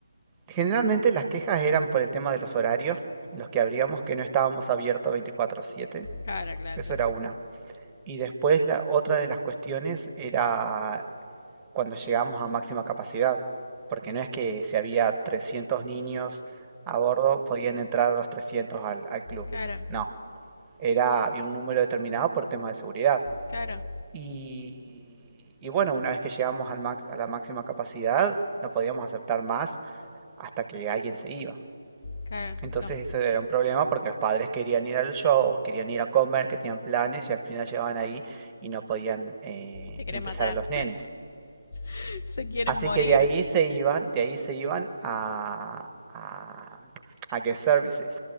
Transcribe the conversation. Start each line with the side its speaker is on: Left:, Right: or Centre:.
Right: Generalmente las quejas eran por el tema de los horarios, en los que abríamos que no estábamos abiertos 24/7,
Left: Claro, claro,
Right: eso
Left: la-
Right: era una. Y después la otra de las cuestiones era cuando llegamos a máxima capacidad, porque no es que si había 300 niños a bordo podían entrar los 300 al, al club,
Left: claro,
Right: no, era, había un número determinado por tema de seguridad.
Left: claro,
Right: Y, y bueno, una vez que llegamos al max- a la máxima capacidad, no podíamos aceptar más hasta que alguien se iba.
Left: claro.
Right: Entonces
Left: Los
Right: eso era un problema porque los padres querían ir al show, o querían ir a comer, que tenían planes y al final llegaban ahí y no podían eh,
Left: te quieren
Right: ingresar
Left: matar,
Right: a los nenes.
Left: <laughs> se quieren
Right: Así
Left: morir.
Right: que de ahí se iban, de ahí se iban a, a, a guest services,